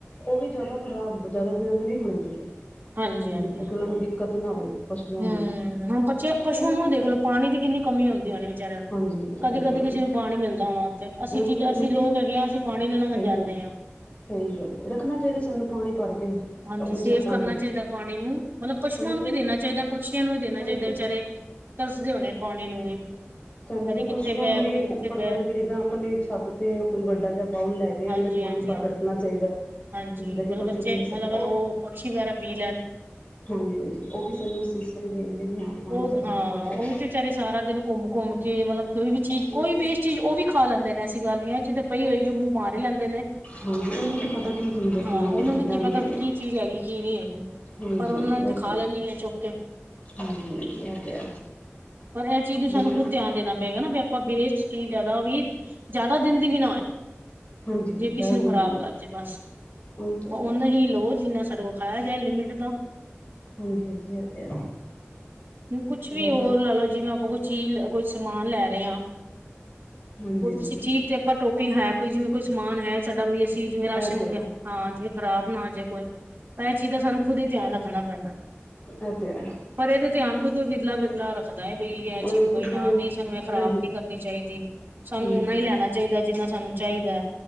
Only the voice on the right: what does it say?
ਹਾਂਜੀ ਹਾਂਜੀ
ਹੂੰ,
ਹੁਣ ਬੱਚੇ ਪਸੂਆਂ
ਨੂੰ ਦੇਖਲੋ, ਪਾਣੀ ਦੀ ਕਿੰਨੀ ਕਮੀ ਆਦੀ ਉਹਦੀਆ। ਵਿਚਾਰਿਆਂ ਨੂੰ,
ਕਦੇ-ਕਦੇ
ਕਿਸੇ ਨੂੰ ਪਾਣੀ ਮਿਲਦਾ ਹੋਣਾ। ਤੇ ਅਸੀਂ
ਜੀ,
ਅਸੀਂ
ਲੋਕ ਹੈਗੇ ਹਾਂ, ਅਸੀਂ ਪਾਣੀ ਨੂੰ ਨਾ ਵੰਜਾਂਦੇ
ਆਂ।
ਹਾਂਜੀ
ਸੇਵ
ਕਰਨਾ
ਚਾਹੀਦਾ ਪਾਣੀ ਨੂੰ, ਮਤਲਬ ਪਸੂਆਂ
ਨੂੰ
ਵੀ ਦੇਣਾ ਚਾਹੀਦਾ, ਪਕਸ਼ੀਆਂ ਨੂੰ ਵੀ ਦੇਣਾ
ਚਾਹੀਦਾ
ਵਿਚਾਰੇ। ਤਰਸਦੇ ਹੋਣੇ ਪਾਣੀ ਨੂੰ ਵੀ,
ਕਦੇ
ਕਿੱਥੇ
ਬਹਿ
ਕਦੇ ਕਿੱਥੇ
ਬਹਿ
ਹਾਂਜੀ
ਹਾਂਜੀ
ਹਾਂਜੀ।
ਹਾਂਜੀ,
ਮਤਲਬ
ਬੱਚੇ
ਮਤਲਬ ਉਹ ਪਕਸ਼ੀ ਵਗੈਰਾ ਪੀ ਲੈਣ।
ਉਹ
ਹਾਂ
ਉਹ ਵੀ ਤੇ ਵਿਚਾਰੇ ਸਾਰਾ ਦਿਨ ਘੁੰਮ-ਘੁੰਮ ਕੇ, ਮਤਲਬ ਕੋਈ ਵੀ ਚੀਜ਼
ਕੋਈ
ਵੀ ਇਸ ਚੀਜ਼ ਉਹ ਵੀ। ਖਾ ਲੈਂਦੇ ਨੇ ਐਸੀ ਗੱਲ ਨੀ ਐ, ਜਿੱਥੇ ਪਈ ਹੋਏਗੀ, ਉਹ ਮੂੰਹ ਮਾਰ ਹੀ ਲੈਂਦੇ ਨੇ
ਹਾਂ,
ਉਹਨਾਂ
ਨੂੰ ਕੀ ਪਤਾ,
ਵੀ
ਕੀ ਚੀਜ਼ ਹੈਗੀ, ਕੀ ਨਹੀਂ ਹੈਗੀ।
ਪਰ ਉਹਨਾਂ
ਨੇ ਤੇ
ਖਾ
ਲੈਣੀ ਐ, ਚੁੱਕ ਕੇ,
ਪਰ ਇਹ ਚੀਜ਼ ਨੂੰ
ਸਾਨੂੰ ਖੁੱਦ ਧਿਆਨ ਦੇਣਾ ਪਏਗਾ, ਨਾ ਵੀ ਆਪਾਂ ਵੇਸਟ ਚੀਜ਼ ਜ਼ਿਆਦਾ ਵੀ, ਜ਼ਿਆਦਾ ਦਿਨ ਦੀ ਵੀ ਨਾ ਹੋਏ।
ਜੇ
ਕਿਸੇ ਨੂੰ
ਖ਼ਰਾਬ
ਕਰ ਜੇ ਬਸ,
ਔ ਨਾ ਹੀ ਲੋ, ਜਿੰਨਾ ਸਾਡੇ ਕੋਲ, ਖਾਇਆ ਜਾ ਲਿਮਿਟ ਦਾ
ਕੁੱਛ ਵੀ
ਹੋਰ ਲਾ ਲੋ, ਜਿਵੇਂ ਆਪਾਂ ਕੁਛ ਚੀਜ਼ ਕੋਈ ਸਮਾਨ ਲੈ ਰਹੇ ਹਾਂ,
ਹੁਣ
ਕਿਸੀ ਚੀਜ਼ ਤੇ ਆਪਾਂ ਟੋਪੀ ਹੈ। ਕੋਈ ਜਿਵੇਂ ਕੋਈ ਸਮਾਨ ਹੈ, ਸਾਡਾ ਵੀ ਸੀ, ਜਿਵੇਂ
ਰਾਸ਼ਨ
ਹੋ
ਗਯਾ, ਹਾਂ ਜਿਵੇਂ ਖ਼ਰਾਬ ਨਾ ਹੋ ਜਾਏ ਕੋਈ, ਪਰ ਇਹ ਚੀਜ਼ ਦਾ ਸਾਨੂੰ ਖੁਦ ਹੀ ਧਿਆਨ ਰੱਖਣਾ ਪੈਂਦਾ।
ਪਰ ਇਹਦੇ ਧਿਆਨ ਕੋਈ ਕੋਈ ਵਿਦਲਾ ਵਿਦਲਾ ਰੱਖਦਾ ਹੈ, ਬਈ ਇਹ
ਚੀਜ਼, ਬਈ
ਹਾਂ, ਨਹੀਂ ਸਾਨੂੰ
ਇਹ ਖ਼ਰਾਬ
ਨੀ ਕਰਨੀ ਚਾਹੀਦੀ। ਸਾਨੂੰ
ਓਨਾ ਹੀ
ਲੈਣਾ ਚਾਹੀਦਾ, ਜਿੰਨਾ ਸਾਨੂੰ ਚਾਹੀਦਾ।